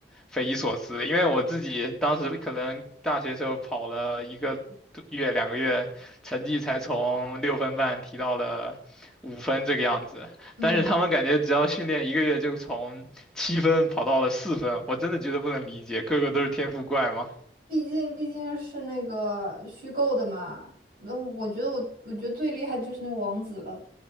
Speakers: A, in the centre; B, on the right.
A: 匪夷所思，因为我自己当时可能大学时候跑了一个多月、两个月，成绩才从六分半提到了五分这个样子，
B: 嗯
A: 但是他们感觉只要训练一个月就从七分跑到了四分，我真的觉得不能理解，个个都是天赋怪嘛。
B: 毕竟毕竟是那个虚构的嘛。那我觉得我我觉得最厉害的就是那个王子了，